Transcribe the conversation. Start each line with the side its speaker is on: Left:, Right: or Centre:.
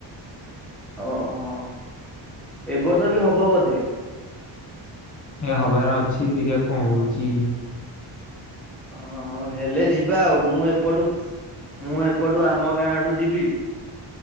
Centre: ଓହୋ ଏ ବର୍ଷ ବି ହବ ବୋଧେ?
Left: ଏ ହବାର ଅଛି ଦେଖିବା କଣ ହଉଚି
Centre: ହଁ ହଁ ହେଲେ ଯିବା ଆଉ ମୁଁ ଏପଟୁ ମୁଁ ଏପଟୁ ଆମ ଗାଁ ଆଡୁ ଯିବି